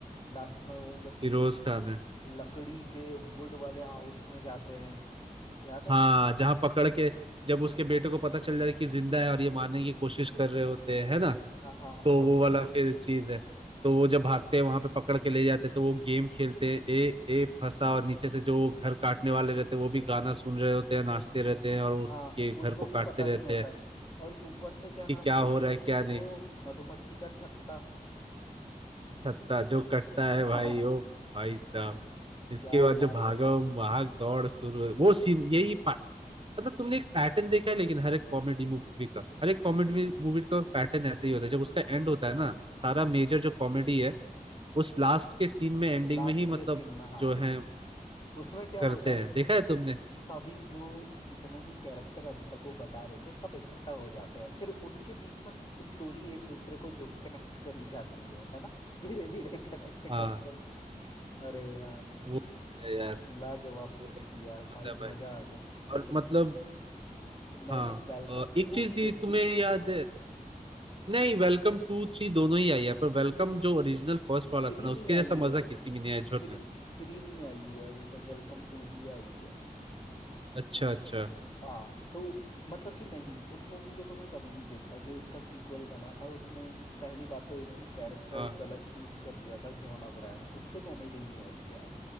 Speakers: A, on the left (about 30°); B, on the right (about 40°).
A: लास्ट में वो जब किसी
B: फिरोज खान है
A: लकड़ी के वुड वाले हाउस में जाते हैं याद है
B: हाँ जहाँ पकड़ के जब उसके बेटे को पता चल जाए कि जिंदा है और ये मारने की कोशिश कर रहे होते हैं है ना
A: हाँ हाँ
B: तो
A: हाँ हाँ
B: वो वाला फिर चीज है तो वो जब भागते हैं वहां पे पकड़ के ले जाते हैं तो वो गेम खेलते हैं ए ए फंसा और नीचे से जो वो घर काटने वाले रहते हैं वो भी गाना सुन रहे होते हैं नाचते रहते हैं और उसके
A: हाँ
B: घर
A: उनको
B: को
A: भी
B: काटते
A: पता
B: रहते
A: नहीं होता
B: हैं
A: है और ऊपर से क्या नाम
B: कि क्या
A: बोलते
B: हो रहा
A: हैं
B: है क्या
A: कि
B: नहीं
A: वो मधुमक्खी का छत्ता
B: छत्ता जो कटता है
A: <laughs>
B: भाई ओ भाई साहब इसके
A: क्या
B: बाद
A: लाजवाब
B: जो भागम
A: है
B: भाग दौड़ शुरू हुई, वो सीन यही पा- मतलब तुमने एक पैटर्न देखा है लेकिन हर एक कॉमेडी मूवी का हर एक कॉमेडी मूवी का पैटर्न ऐसे ही होता है जब उसका एंड होता है ना सारा
A: हाँ
B: मेजर जो कॉमेडी है उस लास्ट के सीन में एंडिंग
A: लास्ट
B: में ही मतलब
A: के सीन में हाँ
B: जो है
A: उसमें क्या
B: करते
A: होता है
B: हैं
A: कि
B: देखा है तुमने
A: सभी जो जितने भी कैरेक्टर अभी तक वो बता रहे थे सब इकट्ठा हो जाते हैं फिर उनके बीच में स्टोरी एक दूसरे को जो कनेक्ट करी जाती है है ना धीरे धीरे कनेक्ट
B: हाँ
A: कर करके अरे यार
B: वो होता है यार
A: लाजवाब मूवी
B: पूरे
A: थी यार
B: होता
A: भाई
B: है भाई
A: मजा आ गया लेकिन
B: और मतलब
A: मैंने
B: हाँ
A: वेलकम
B: अ, एक
A: टू
B: चीज
A: भी
B: ही
A: देखी
B: तुम्हें याद है नहीं वेलकम टू थ्री दोनों ही आई है पर वेलकम जो ओरिजिनल फर्स्ट वाला
A: थ्री
B: था ना
A: नहीं
B: उसके
A: आई
B: जैसा
A: है
B: मजा किसी में नहीं आया झुर
A: थ्री
B: में
A: थ्री नहीं आई है अभी तो वेलकम टू ही आई है
B: अच्छा अच्छा
A: हाँ तो मतलब कि नहीं उस मूवी को तो मैं कभी नहीं देखता जो इसका सीक्वल बना था उसमें पहली बात तो इन्होंने कैरेक्टर
B: हाँ
A: गलत चूज कर लिया था जॉन अब्राहम उससे कॉमेडी नहीं होती यार